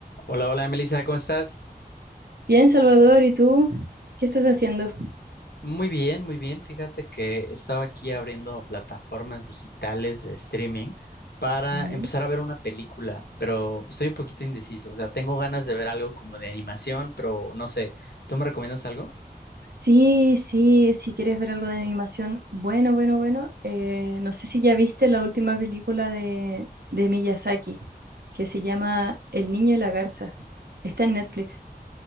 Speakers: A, on the left; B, on the right.
A: Hola, hola, Melissa, ¿cómo estás?
B: Bien, Salvador, ¿y tú? ¿Qué estás haciendo?
A: Muy bien, muy bien. Fíjate que estaba aquí abriendo plataformas digitales de streaming para
B: Ujú.
A: empezar a ver una película, pero estoy un poquito indeciso. O sea, tengo ganas de ver algo como de animación, pero no sé. ¿Tú me recomiendas algo?
B: Sí, sí, si quieres ver algo de animación, bueno, bueno, bueno. eh, no sé si ya viste la última película de, de Miyazaki, que se llama El niño y la garza. Está en Netflix.